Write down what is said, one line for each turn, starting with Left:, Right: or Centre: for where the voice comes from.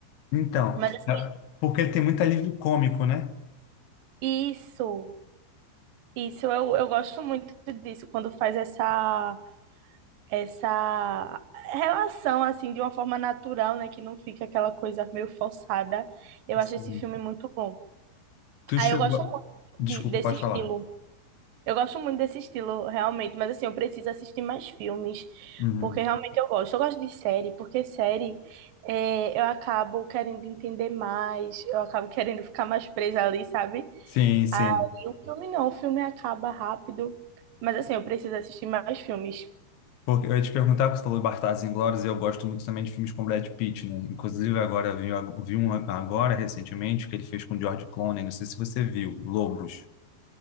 Left: Então,
Right: Mas, assim,
Left: é- porque ele tem muito alívio cômico, né?
Right: isso, isso, eu, eu gosto muito disso, quando faz essa. essa relação assim de uma forma natural, né, que não fica aquela coisa meio forçada. Eu
Left: Sim.
Right: acho esse filme muito bom.
Left: Tu
Right: Aí
Left: chegou.
Right: eu gosto
Left: a-
Right: muito de-
Left: Desculpa,
Right: desse
Left: pode
Right: estilo.
Left: falar.
Right: Eu gosto muito desse estilo, realmente, mas assim, eu preciso assistir mais filmes,
Left: Uhum.
Right: porque realmente eu gosto. Eu gosto de série, porque série é, eu acabo querendo entender mais, eu acabo querendo ficar mais presa ali, sabe?
Left: Sim, sim.
Right: Aí o filme não, o filme acaba rápido, mas assim, eu preciso assistir mais filmes.
Left: Porque eu ia te perguntar, porque você falou de Bastardos Inglórios, e eu gosto muito também de filmes com Brad Pitt, né? Inclusive, agora vi, vi um agora, recentemente, que ele fez com George Clooney, não sei se você viu, Lobos.